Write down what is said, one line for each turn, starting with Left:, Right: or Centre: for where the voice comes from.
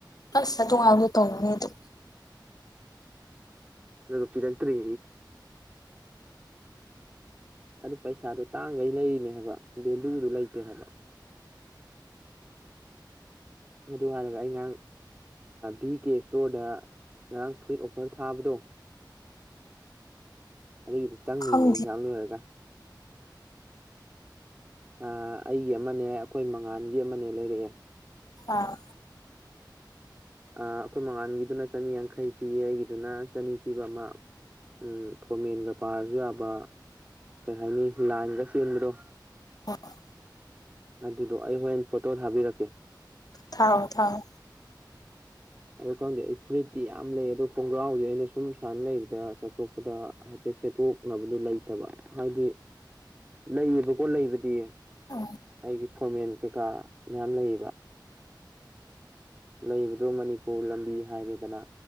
Left: ꯑꯁ ꯇꯣꯡꯉꯥꯏꯕꯗꯣ ꯇꯧꯕꯅꯦ ꯑꯗꯨ
Right: ꯑꯗꯨꯒꯣꯄꯤꯤꯗꯇꯔꯤ ꯑꯗꯨ ꯄꯩꯁꯥꯗꯨꯣ ꯇꯥꯡꯈꯩ ꯂꯩꯔꯤꯅꯦ ꯍꯥꯏꯕ ꯚꯦꯂꯨꯗꯨ ꯂꯩꯇꯦ ꯍꯥꯏꯕ ꯃꯗꯨ ꯍꯥꯏꯔꯒ ꯑꯩꯉꯥꯡ ꯚꯤ ꯀꯦ ꯏꯁꯇꯣꯔꯗ ꯉꯔꯥꯡ ꯐꯨꯔꯤꯠ ꯑꯣꯐꯔ ꯊꯥꯕꯗꯣ ꯑꯗꯨꯒꯤꯗꯤ ꯆꯪꯉꯨꯌꯦ
Left: ꯈꯪꯗꯦ
Right: ꯑꯦꯛꯖꯥꯝ ꯂꯣꯏꯔꯒ ꯑꯩꯒꯤ ꯑꯃꯅꯦ ꯑꯩꯈꯣꯏ ꯃꯉꯥꯜꯒꯤ ꯑꯃꯅꯦ ꯂꯩꯔꯛꯑꯦ
Left: ꯑꯥ
Right: ꯑꯩꯈꯣꯏ ꯃꯉꯥꯜꯒꯤꯗꯨꯅ ꯆꯅꯤꯌꯥꯡꯈꯩ ꯄꯤꯌꯦ ꯑꯩꯒꯤꯗꯨꯅ ꯆꯅꯤ ꯄꯤꯕ ꯑꯃ ꯎꯝ ꯐꯣꯔꯃꯦꯟꯒ ꯄꯥꯔꯁꯨ ꯌꯥꯕ ꯀꯩ ꯍꯥꯏꯅꯤ ꯂꯥꯏꯟꯒ ꯆꯦꯟꯕꯗꯣ
Left: ꯑꯣ
Right: ꯑꯗꯨꯗꯣ ꯑꯩ ꯍꯣꯔꯦꯟ ꯐꯣꯇꯣ ꯊꯥꯕꯤꯔꯛꯀꯦ
Left: ꯊꯥꯎꯣ ꯊꯥꯎꯣ
Right: ꯑꯗꯨ ꯈꯪꯗꯦ ꯑꯩ ꯐꯨꯔꯤꯠꯇꯤ ꯌꯥꯝ ꯂꯩ ꯑꯗꯣ ꯈꯣꯡꯒ꯭ꯔꯥꯎꯥꯎꯁꯦ ꯑꯩꯅ ꯁꯨꯝ ꯁꯨꯃꯥꯏꯅ ꯂꯩꯕꯗ ꯆꯠꯊꯣꯛꯄꯗ ꯍꯥꯏꯐꯦ ꯁꯦꯠꯇꯣꯛꯅꯕꯗꯨ ꯂꯩꯇꯕ ꯍꯥꯏꯗꯤ ꯂꯩꯌꯦꯕꯀꯣ ꯂꯩꯕꯗꯤ
Left: ꯎꯝ
Right: ꯑꯩꯒꯤ ꯐꯣꯔꯃꯦꯜ ꯀꯩꯀꯥ ꯃꯌꯥꯝ ꯂꯩꯌꯦꯕ ꯂꯩꯕꯗꯨ ꯃꯅꯤꯄꯨꯔ ꯂꯝꯕꯤ ꯍꯥꯏꯔꯦꯗꯅ